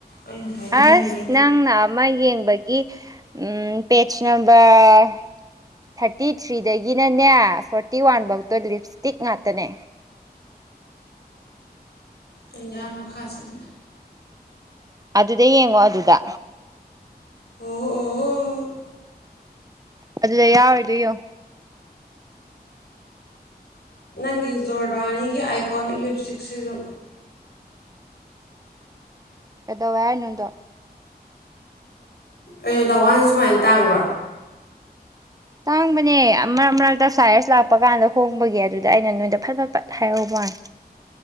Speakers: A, on the left (about 80°); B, on the right (about 20°).
A: ꯑꯩꯅ ꯉꯁꯥꯏꯗꯩ
B: ꯑꯁ
A: ꯌꯦꯡꯒꯦ
B: ꯅꯪꯅ ꯑꯃ ꯌꯦꯡꯕꯒꯤ ꯎꯝ ꯄꯦꯖ ꯅꯝꯕꯔ ꯊꯥꯔꯇꯤ ꯊ꯭ꯔꯤꯗꯒꯤꯅꯅꯦ ꯐꯣꯔꯇꯤ ꯋꯥꯟ ꯕꯧꯇꯣ ꯂꯤꯞꯁꯇꯤꯛ ꯉꯥꯛꯇꯅꯦ
A: ꯑꯩꯗꯤ ꯑ ꯃꯈꯥ ꯆꯠꯂꯦ
B: ꯑꯗꯨꯗ ꯌꯦꯡꯉꯣ ꯑꯗꯨꯗ
A: ꯑꯣ ꯑꯣ
B: ꯑꯗꯨꯗ ꯌꯥꯎꯔꯤꯗꯣ ꯌꯦꯡꯉꯣ
A: ꯅꯪꯒꯤ ꯖꯣꯔꯗꯥꯅꯤꯒꯤ ꯑꯥꯏꯀꯣꯅꯤꯛ ꯂꯤꯞꯁꯇꯤꯛꯁꯤꯖꯨ
B: ꯀꯩꯗꯧꯋꯦ ꯍꯥꯏꯅꯣꯗꯣ
A: ꯀꯩꯅꯣꯗ ꯗ ꯋꯥꯟꯁꯦ ꯁꯨꯃꯥꯏꯅ ꯇꯥꯡꯕ꯭ꯔꯣ
B: ꯇꯥꯡꯕꯅꯦ ꯃꯔꯛ ꯃꯔꯛꯇ ꯁꯥꯏꯁ ꯂꯥꯛꯄ ꯀꯥꯟꯗ ꯍꯣꯡꯕꯒꯤ ꯑꯗꯨꯗ ꯑꯩꯅ ꯅꯣꯏꯗ ꯐꯠ ꯐꯠ ꯍꯥꯏꯍꯧꯕ ꯋꯥꯅꯦ